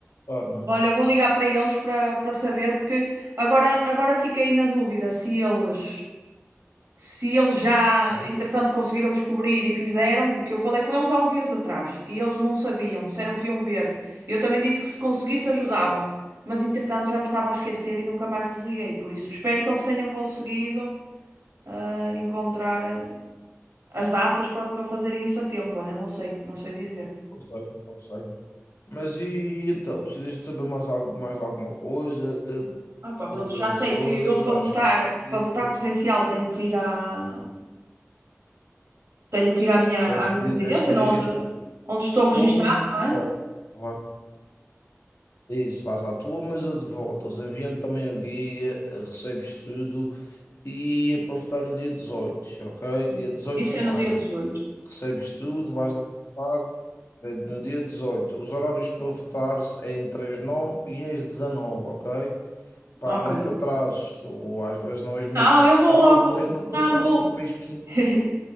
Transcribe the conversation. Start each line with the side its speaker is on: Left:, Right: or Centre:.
Left: votar, não,
Right: Olha, vou ligar para eles para, para saber, porque agora, agora fiquei na dúvida se eles se eles já,
Left: não
Right: entretanto, conseguiram descobrir e fizeram, porque eu falei com eles há uns dias atrás e eles não sabiam, disseram que iam ver. Eu também disse que se conseguisse ajudava, mas entretanto já me estava a esquecer e nunca mais vos liguei. Por isso, espero que eles tenham conseguido eh, encontrar eh, as datas para para fazerem isso a tempo. Olha, não sei, não sei dizer.
Left: não sei, não sei. Mas e então, precisas de saber mais, algo, mais de alguma coisa
Right: Ah, pá, pronto,
Left: das eleições?
Right: já sei que eu
Left: Estás
Right: para votar,
Left: esclarecido?
Right: para votar presencial tenho que ir à, tenho que ir à minha,
Left: Tens
Right: à minha
Left: de,
Right: residência,
Left: tens de
Right: não,
Left: dirigir
Right: onde,
Left: à
Right: onde estou registada,
Left: tua, mas eu de
Right: não é?
Left: volta. Vais- Isso, vais à tua, mas eu de volta. os enviam também o guia, eh, recebes tudo e é para votar no dia dezoito ok? Dia 18
Right: Isso é
Left: de
Right: no
Left: maio.
Right: dia 18.
Left: Recebes tudo, vais lá votar eh, no dia dezoito Os horários para votar é entre as 9 e as 19, ok? Pá,
Right: Ok.
Left: não te atrases, tu às vezes não és muito
Right: Não, eu vou
Left: pontual,
Right: logo.
Left: mas não te
Right: Não,
Left: atrases
Right: vou.
Left: que o país precisa.
Right: <laughs>